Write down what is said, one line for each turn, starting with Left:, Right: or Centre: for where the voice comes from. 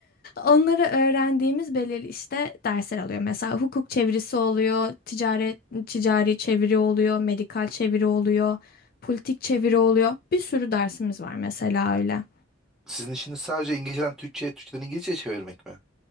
Left: Onları öğrendiğimiz belirli işte dersler oluyor. Mesela hukuk çevirisi oluyor, ticaret ticari çeviri oluyor, medikal çeviri oluyor, politik çeviri oluyor. Bir sürü dersimiz var mesela öyle.
Centre: Sizin işiniz sadece İngilizceden Türkçe'ye, Türkçeden İngilizce'ye çevirmek mi?